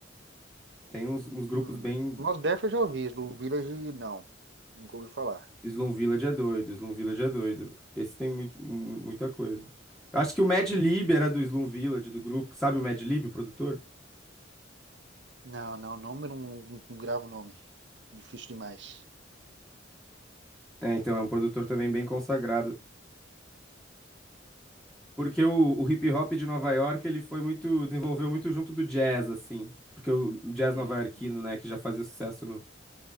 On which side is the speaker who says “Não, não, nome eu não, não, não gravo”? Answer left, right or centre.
Right